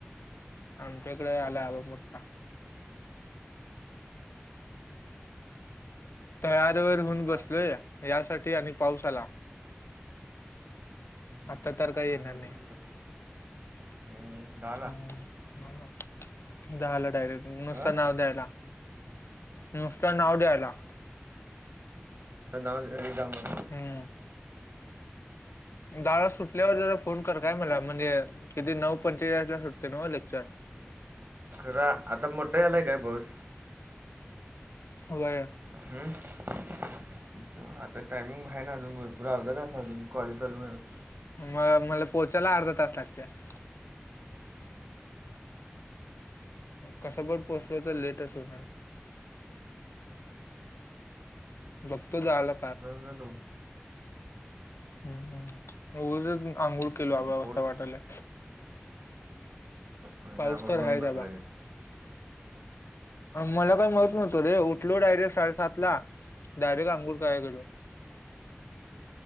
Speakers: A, on the left (about 75°); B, on the right (about 60°).
A: आमच्याकडे आला लई बघ मोठा. तयार होऊन
B: मला
A: बसलोय,
B: कसं-
A: यासाठी आणि पाऊस आला.
B: हम्म,
A: आता तर काही येणार नाही
B: बस. मंगेश दा?
A: हू हू झाल डायरेक्ट. नुसत
B: अ
A: नाव द्यायला. नुसत नाव द्यायला.
B: नाव दे रिकामं.
A: हुं. शाळां सुटल्यांवरं जरां फोन करं कायं मलां म्हणजे किती नऊ पंचेचाळीस लां सुटतंय नवं लेक्चर
B: खरं आंता मोठा आलांय कायं पाऊस
A: होयं
B: हम्मं आंता टामिंग आहे नां अजूंन भरंपूर अर्धासा अजूंन कॉले चालूं व्हांयला
A: मगं मलां पोहोचांयला अर्धा तास लागतं कसं पणं पोचले तरं लेटस्ट होणारं बघतो झालं
B: जां जां लवकरं
A: हम्मं हमं उगांच आंघोळ केलो अंबा
B: पाऊस
A: असं वाटांलय
B: म्हणजे
A: पाऊस
B: आंघोळ
A: तरं
B: करून
A: हांय
B: बसला
A: आंता
B: आहेस
A: मलां कांहीं माहित नव्हतं रे उठलो डायरेक्ट साडेसात लां डायरेक्ट आंघोळ करांयला गेलो